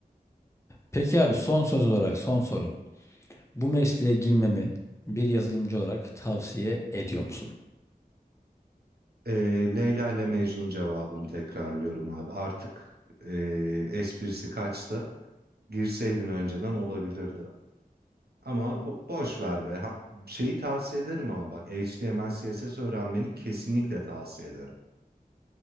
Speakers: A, on the left; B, on the right.
A: Peki abi son söz olarak son sorum. Bu mesleğe girmemi bir yazılımcı olarak tavsiye ediyor musun?
B: Ee, Leyla ile Mecnun cevabını tekrarlıyorum abi. Artık ee, esprisi kaçtı. Girseydin önceden olabilirdi. Ama bo- boş ver be. Ha- şeyi tavsiye ederim ama bak HTML CSS öğrenmeni kesinlikle tavsiye ederim.